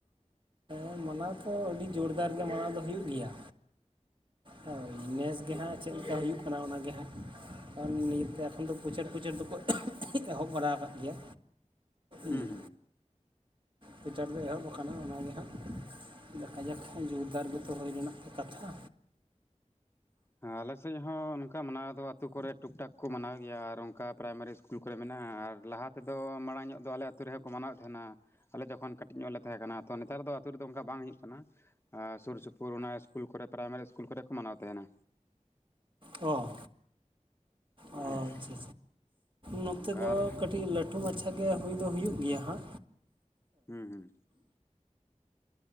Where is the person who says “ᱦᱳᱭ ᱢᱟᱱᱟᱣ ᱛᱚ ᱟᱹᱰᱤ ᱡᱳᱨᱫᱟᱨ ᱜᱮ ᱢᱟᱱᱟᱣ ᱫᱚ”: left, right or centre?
Right